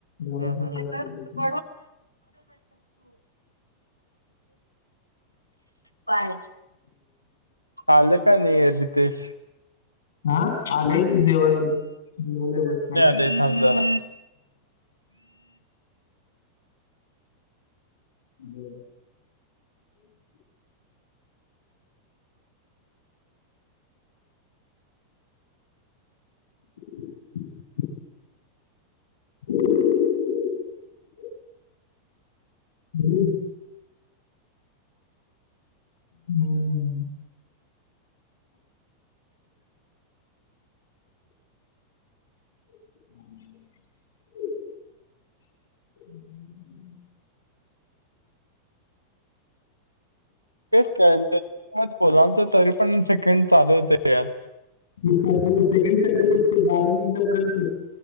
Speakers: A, on the left (about 60°); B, on the right (about 85°).
A: रामसिंग
B: हा हा
A: रामसिंग
B: <inaudible> पाय आलं का नाय रितेश?
A: आ? आलय की जेवालय जेवालाय बसलाय.
B: जय थांब जरा.
A: <unintelligible> <inaudible> <inaudible> <unintelligible> <unintelligible> हम्म. ह <inaudible>
B: <inaudible> तेच का बोलावल तर तरी पण सेकंड चालू होतं ह्यात.
A: सेकंड चालू होते. बारा मिनिटापर्यंत